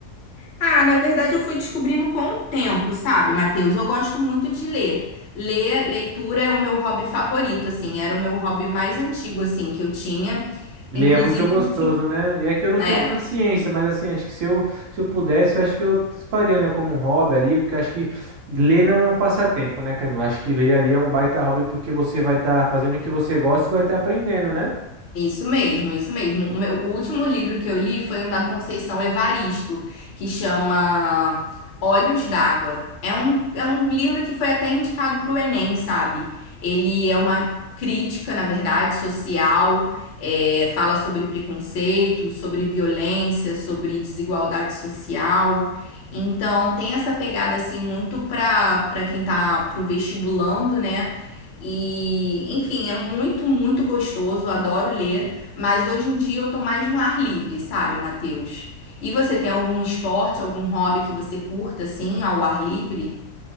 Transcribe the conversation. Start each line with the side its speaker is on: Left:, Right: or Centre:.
Left: Ah, na verdade eu fui descobrindo com o tempo, sabe, Matheus? Eu gosto muito de ler. Ler, leitura é o meu hobby favorito, assim, era o meu hobby mais antigo, assim, que eu tinha.
Right: Ele
Left: Inclusive,
Right: é muito gostoso,
Left: ulti-
Right: né? E é que eu não tenho
Left: é.
Right: paciência, mas assim, acho que se eu, se eu pudesse, eu acho que eu faria, né, como um hobby ali, porque acho que ler não é um passatempo, né, Camila? Acho que ler ali é um baita hobby porque você vai estar fazendo o que você gosta e vai estar aprendendo, né?
Left: Isso mesmo, isso mesmo. O meu- o último livro que eu li foi um da Conceição Evaristo, que chama Olhos d'Água. É um, é um livro que foi até indicado para o Enem, sabe? Ele é uma crítica, na verdade, social, é, fala sobre preconceito, sobre violência, sobre desigualdade social. Então, tem essa pegada, assim, muito para para quem tá pro vestibulando, né? E, enfim, é muito, muito gostoso, adoro ler, mas hoje em dia eu tô mais no ar livre, sabe, Matheus? E você tem algum esporte, algum hobby que você curta, assim, ao ar livre?